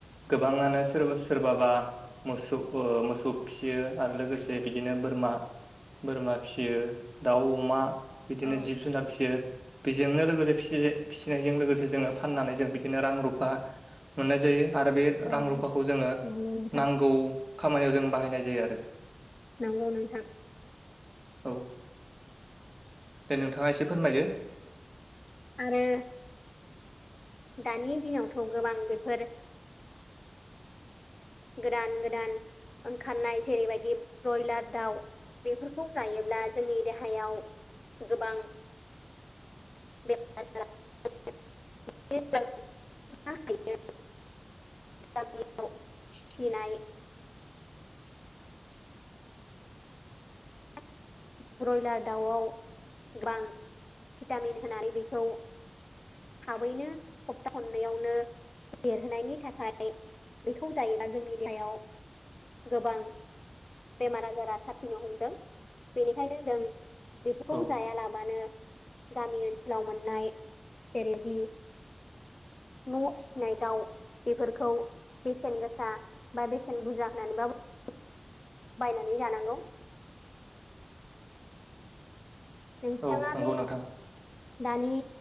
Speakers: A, on the right; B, on the left.
A: गोबाङानो सोरबा सोरबाबा। मोसौ मोसौ फिसियो आरो लोगोसे बिदिनो बोरमा। बोरमा फिसियो दाउ अमा बिदिनो
B: औ
A: जिब जुनार फिसियो बेजों। नो लोगोसे फ-फिसिनायजों लोगोसे जोङो फाननानै जों बिदिनो रां रुफा। मोननाय जायो आरो बे
B: औ
A: रां रुफाखौ जोङो
B: नंगौ नोंथां
A: नांगौ। खामानियाव जों बाहायनाय जायो आरो
B: नोंगौ नोंथां
A: औ दे नोंथाङा एसे फोरमायदो
B: आरो दानि दिनावथ' गोबां बेफोर गोदान गोदान ओंखारनाय जेरैबायदि ब्रयलार दाउ बेफोरखौ जायोब्ला जोंनि देहायाव गोबां बेमार आजार <unintelligible> <unintelligible> आव फिनाय <unintelligible> ब्रयलार दाउआव गोबां भिटामिन होनानै बेखौ थाबैनो सप्ता खननैयावनो देरहोनायनि थाखाय बेखौ जायोब्ला जोंनि देहायाव गोबां बेमार आजारा साफिनो हमदों बेनिखायनो जों बेफोरखौ
A: औ
B: जायालाबानो गामि ओनसोल फोराव मोननाय जेरैदि न'आव फिसिनाय दाउ बेफोरखौ बेसेन गोसा बा बेसेन बुरजा होननानैबाबो
A: <inaudible>
B: बायनानै जानांगौ नोंथाङा
A: औ नंगौ
B: बे
A: नोंथां
B: दानि